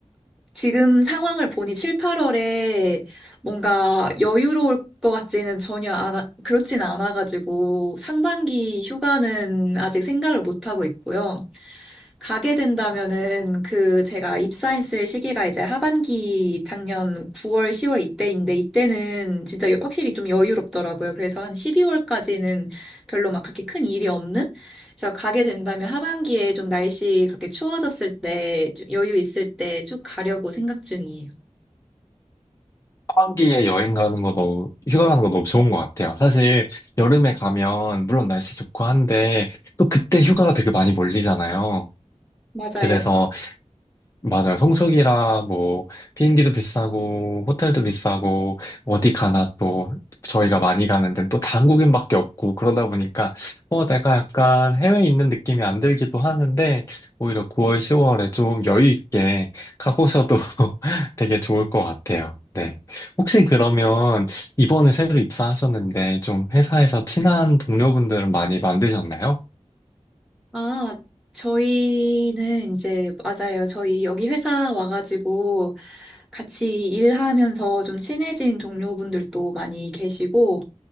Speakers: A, in the centre; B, on the left.
A: 지금 상황을 보니 7, 8월에 뭔가 여유로울 것 같지는 전혀 안 그렇진 않아가지고 상반기 휴가는 아직 생각을 못 하고 있고요. 가게 된다면은 그 제가 입사했을 시기가 이제 하반기 작년 9월, 10월 이때인데 이때는 진짜 여- 확실히 좀 여유롭더라고요. 그래서 한 12월까지는 별로 막 그렇게 큰 일이 없는? 그래서 가게 된다면 하반기에 좀 날씨 그렇게 추워졌을 때, 좀 여유 있을 때 쭉 가려고 생각 중이에요.
B: 하반기에 여행 가는 거 너무, 휴가 가는 거 너무 좋은 것 같아요. 사실 여름에 가면, 물론 날씨 좋고 한데, 또 그때 휴가가 되게 많이 몰리잖아요.
A: 맞아요.
B: 그래서 맞아요. 성수기라 뭐 비행기도 비싸고 호텔도 비싸고 어디 가나 또 저희가 많이 가는 데는 또 다 한국인밖에 없고 그러다 보니까 어 내가 약간 해외에 있는 느낌이 안 들기도 하는데 오히려 9월, 10월에 좀 여유 있게 가보셔도 <laughs> 되게 좋을 것 같아요. 네. 혹시 그러면 이번에 새로 입사하셨는데 좀 회사에서 친한 동료분들은 많이 만드셨나요?
A: 아, 저희는 이제, 맞아요. 저희 여기 회사 와가지고 같이 일하면서 좀 친해진 동료분들도 많이 계시고,